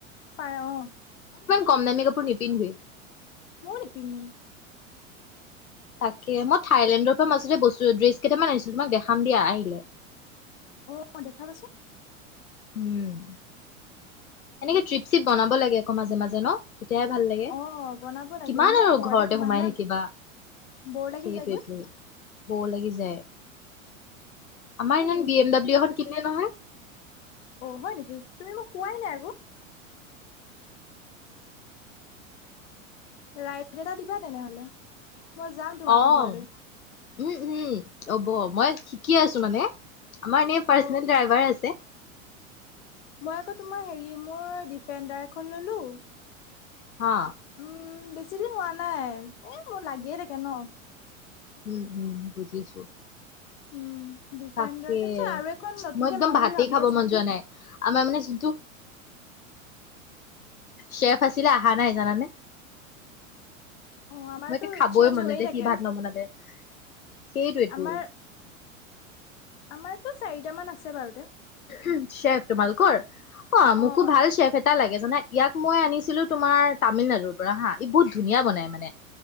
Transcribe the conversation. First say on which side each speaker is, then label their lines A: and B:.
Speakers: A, on the left; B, on the left.
A: পাৰে আহঁ।
B: কম নামি কাপোৰ নিপিন্ধোয়ে।
A: ময়ো নিপিন্ধো।
B: তাকে, মই থাইলেণ্ডৰ পৰা মাজতে বস্তু ড্ৰেছ কেইটামান আনিছিলো। তোমাক দেখাম দিয়া আহিলে।
A: অঁ' দেখাবাচোন।
B: উম। এনেকে ট্ৰিপ-চিপ বনাব লাগে আকৌ মাজে মাজে ন। তেতিয়াহে ভাল লাগে
A: অঁ' বনাব লাগে
B: কিমান
A: এনেই
B: আৰু
A: ঘৰতে সোমাই সোমাই
B: থাকিবা
A: বৰ লাগি
B: সেইটোৱেতো
A: যায়গৈ।
B: বৰ লাগি যায়। আমাৰ
A: এই
B: ইমান বি এম ডাব্লিউ এখন কিনে নহয়।
A: অঁ' হয় নেকি? তুমি মোক কোৱাই নাই আকৌ। ৰাইদ এটা দিবা তেনেহলে মই যাম তোমাৰৰ
B: অ',
A: ঘৰলৈ।
B: উম, উম, হ'ব মই শিকি আছো মানে। আমাৰ এ পাৰ্চনেল
A: অ
B: ড্ৰাইভাৰ আছে।
A: মই আকৌ তোমাৰ হেৰি মোৰ ডিফেণ্ডাৰ এখন ললো
B: হাঁ।
A: উম' বেছি দিন হোৱা নাই এ মোৰ লাগিয়ে থাকে ন।
B: উম, উম বুজিছো।
A: উম দিপেনদ্বাৰা
B: তাকে
A: তাৰ পিছত আৰু এখন নতুনকে
B: মই একদম
A: লওঁ
B: ভাতেই
A: বুলি ভাবি
B: খাব
A: আছো।
B: মন যোৱা নাই আমাৰ মানে যোনটো শ্বেফ আছিলে, অহা নাই জানানে।
A: অ', আমাৰতো
B: মই খাবই
A: চেঞ্জ
B: মনে
A: হৈয়ে
B: নাযায়
A: থাকে।
B: সি ভাত নবনালে। সেইটোৱেতো
A: আমাৰ, আমাৰতো চাৰিটামান আছে বাৰুতে।
B: উম, চ্বেফ তোমালোকৰ অঁ মোকো
A: অ',
B: ভাল চ্বেফ এটা লাগে জানা ইয়াক মই আনিছিলো, তোমাৰ তামিলনাডুৰ পৰা হাঁ, ই বহুত ধুনীয়া বনাই মানে